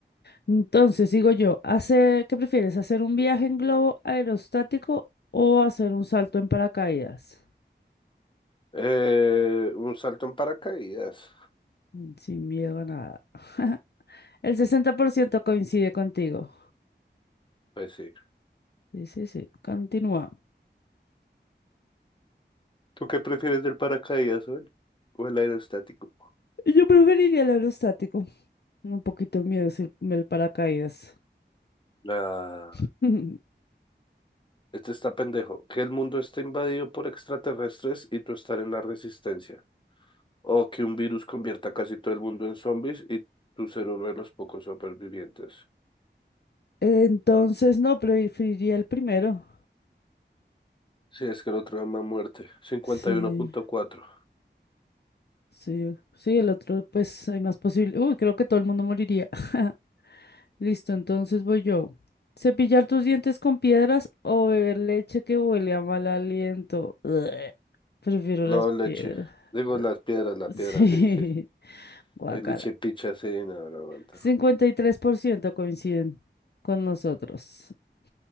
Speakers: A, on the left; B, on the left.
A: Entonces, digo yo, hace, ¿qué prefieres? ¿Hacer un viaje en globo aerostático o hacer un salto en paracaídas?
B: Eh, un salto en paracaídas.
A: Mm, Sin miedo a nada. <laughs> El 60% coincide contigo.
B: Pues sí.
A: Sí, sí, sí. Continúa.
B: ¿Tú qué prefieres del paracaídas o el, o el aerostático?
A: Yo preferiría el aerostático. Un poquito miedo si el paracaídas.
B: La...
A: <laughs>
B: Este está pendejo. Que el mundo esté invadido por extraterrestres y tú estar en la resistencia. O que un virus convierta casi todo el mundo en zombies y tú ser uno de los pocos supervivientes.
A: Entonces, no, preferiría el primero.
B: Sí, es que el otro llama muerte. cincuenta
A: Sí,
B: y uno punto cuatro
A: sí, sí, el otro, pues hay más posible. Uy, creo que todo el mundo moriría. <laughs> Listo, entonces voy yo. Cepillar tus dientes con piedras o beber leche que huele a mal aliento. Ugh. Prefiero las
B: No,
A: piedras.
B: leche. Digo
A: Ugh.
B: las piedras, la piedra,
A: Sí,
B: sí. <laughs>
A: <laughs> guacala.
B: Hay leche picha, sí, no, no aguanta.
A: cincuenta y tres por ciento coinciden con nosotros. <laughs>